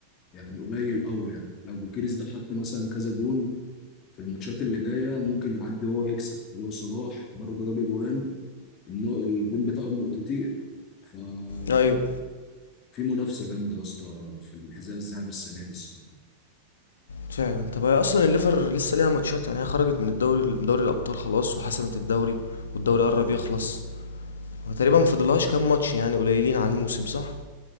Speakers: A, on the left; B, on the left.
A: يعني قليل قوي يعني لو بوكيريس ده حط مثلا كذا جون في الماتشات اللي جايه ممكن يعدي هو يكسب ولو صلاح برضه جاب اجوان انه الجون بتاعه من اوتوتير ففي
B: ايوه
A: منافسه جامده يا اسطى في الحذاء الذهبي السنه دي الصراحه
B: فعلا طب هي اصلا الليفر لسه ليها ماتشات يعني هي خرجت من الدوري من دوري الابطال خلاص وحسمت الدوري والدوري قرب يخلص وتقريبا ما فاضلهاش كام ماتش يعني قليلين على الموسم صح